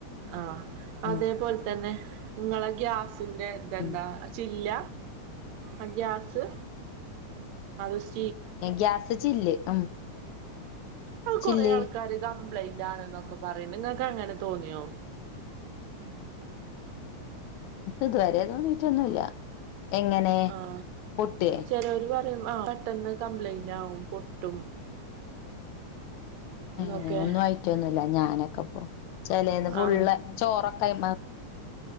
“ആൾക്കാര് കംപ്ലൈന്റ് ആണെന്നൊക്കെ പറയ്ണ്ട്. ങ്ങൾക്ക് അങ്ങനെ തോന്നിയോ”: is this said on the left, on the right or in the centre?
Right